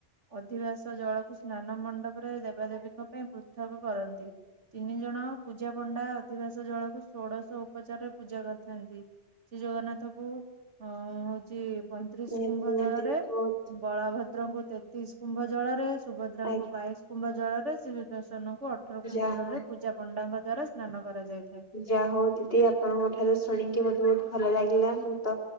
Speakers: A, on the right; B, on the left.
A: ଅଧିବାସ ଜଳକୁ ସ୍ନାନ ମଣ୍ଡପରେ ଦେବାଦେବୀଙ୍କ ପାଇଁ ପୃଥକ କରନ୍ତି। ତିନି ଜଣ ପୂଜା ପଣ୍ଡା ଅଧିବାସ ଜଳକୁ ଷୋଡଶ ଉପଚାରରେ ପୂଜା କରିଥାନ୍ତି। ଶ୍ରୀ ଜଗନ୍ନାଥ କୁ ଉଁ ହଉଛି ପଇଁତିରିଶ
B: ନିହାତି
A: କୁମ୍ଭ
B: ନିହାତି
A: ଜଳରେ
B: ବହୁତ
A: ବଳଭଦ୍ରଙ୍କୁ ତେତିଶ କୁମ୍ଭ ଜଳ ରେ, ସୁଭଦ୍ରାଙ୍କୁ
B: ଆଜ୍ଞା
A: ବାଇଶ କୁମ୍ଭ ଜଳରେ ଶ୍ରୀ ଦର୍ଶନଙ୍କୁ ଅଠର କୁମ୍ଭ
B: ଯା
A: ଜଳରେ
B: ହଉ
A: ପୂଜା ପଣ୍ଡାଙ୍କ ଦ୍ଵାରା ସ୍ନାନ କରାଯାଇଥାଏ।
B: ଯାହା ହଉ ଦିଦି ଆପଣଙ୍କ ଠାରୁ ଶୁଣିକି ମତେ ବହୁତ ଭଲ ଲାଗିଲା, ମୁଁ ତ